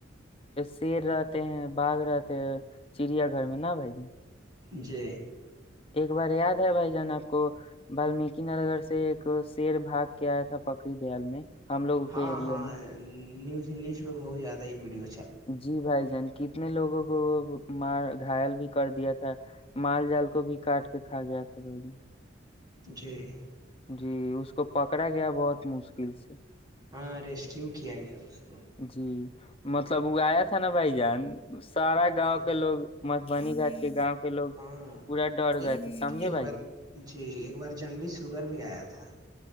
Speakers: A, on the left (about 30°); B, on the right (about 20°).
A: شیر رہتے ہیں باغ رہتے ہیں چڑیا گھر میں نا بھائی جان
B: جی
A: ایک بار یاد ہے بھائی جان آپ کو بمیک نگر سے ایک شیر بھاگ کیایا تھا پکڑری دیال میں ہم لوگوں
B: ہاں
A: کے ایریا
B: ہاں
A: میں
B: نیوز نیوز پہ بہت زیادہ ہی پیڑی ہے
A: جی بھائی جن کتنے لوگوں کو وہ مار گائل بھی کر دیا تھا مال جال کو بھی کاٹ کے کھا گیا تھا بھائی نے
B: جی
A: جی اس کو پکڑا گیا بہت مشکل سے
B: ہاں ریسکیو کیا گیا اس کو
A: جی مطلب وہ آیا تھا نا بھائی جان سارا گاؤں
B: جی
A: کے لوگ <unintelligible>
B: ہاں
A: پورا ڈر
B: ایک
A: گئے تھے سمجھے
B: ایک
A: بھائی
B: بار
A: جان
B: جی ایک بار جنگلی سوگر بھی آیا تھا